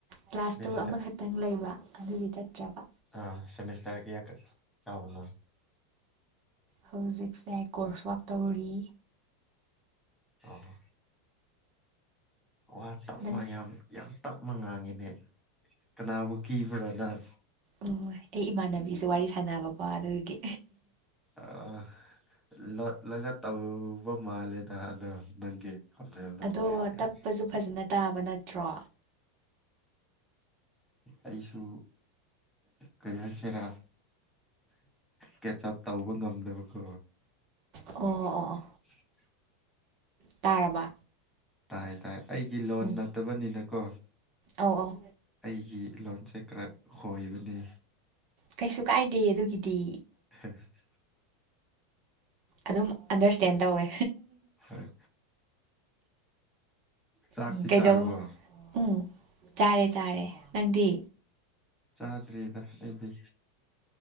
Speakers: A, on the right (about 50°); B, in the centre.
A: ꯀ꯭ꯂꯥꯁ
B: ꯃꯤꯁ
A: ꯇꯨ ꯑꯃꯈꯛꯇꯪ ꯂꯩꯕ ꯑꯗꯨꯒꯤ ꯆꯠꯇ꯭ꯔꯕ
B: ꯑꯥ ꯁꯃꯦꯁꯇꯔ ꯀꯌꯥ ꯀꯕꯥꯅꯣ
A: ꯍꯧꯖꯤꯛꯁꯦ ꯀꯣꯔꯁ ꯋꯥꯛ ꯇꯧꯔꯤ
B: ꯑꯣ ꯋꯥ ꯇꯞꯅ
A: ꯅꯪ
B: ꯌꯥꯝ ꯌꯥꯝ ꯇꯞꯅ ꯉꯥꯡꯉꯤꯅꯦ ꯀꯅꯥꯕꯨ ꯀꯤꯕ꯭ꯔꯥ ꯅꯪ
A: ꯑꯣꯏ ꯑꯩ ꯏꯃꯥꯟꯅꯕꯤꯁꯨ ꯋꯥꯔꯤ ꯁꯥꯟꯅꯕꯀꯣ ꯑꯗꯨꯒꯤ
B: ꯑꯥ ꯂꯣꯠꯂꯒ ꯇꯧꯔꯨꯕ ꯃꯥꯜꯂꯦꯗ ꯑꯗꯣ ꯅꯪꯒꯤ ꯈꯣꯟꯖꯦꯜꯗꯣ
A: ꯑꯗꯣ
B: ꯌꯥꯝ
A: ꯇꯞꯄꯁꯨ ꯐꯖꯅ ꯇꯥꯕ ꯅꯠꯇ꯭ꯔꯣ
B: ꯑꯩꯁꯨ ꯀꯩ ꯍꯥꯏꯁꯤꯔꯥ ꯀꯦꯆ ꯑꯞ ꯇꯧꯕ ꯉꯝꯗꯕꯀꯣ
A: ꯑꯣ ꯑꯣ
B: ꯎ <unintelligible>
A: ꯇꯥꯔꯕ
B: ꯇꯥꯏ ꯇꯥꯏ ꯑꯩꯒꯤ ꯂꯣꯟ
A: ꯎꯝ
B: ꯅꯠꯇꯕꯅꯤꯅꯀꯣ
A: ꯑꯧ ꯑꯧ
B: ꯑꯩꯒꯤ ꯂꯣꯟꯁꯦ ꯈꯔ ꯈꯣꯏꯕꯅꯦ
A: ꯀꯩꯁꯨ ꯀꯥꯏꯗꯦ ꯑꯗꯨꯒꯤꯗꯤ
B: <inaudible>
A: ꯑꯗꯨꯝ ꯑꯟꯗꯔꯁꯇꯦꯟ ꯇꯧꯋꯦ
B: ꯍꯣꯏ ꯆꯥꯛꯇꯤ
A: ꯎꯝ ꯀꯩꯗꯧ
B: ꯆꯥꯔꯕꯣ
A: ꯎꯝ ꯆꯥꯔꯦ ꯆꯥꯔꯦ ꯅꯪꯗꯤ
B: ꯆꯥꯗ꯭ꯔꯦꯗ ꯑꯩꯗꯤ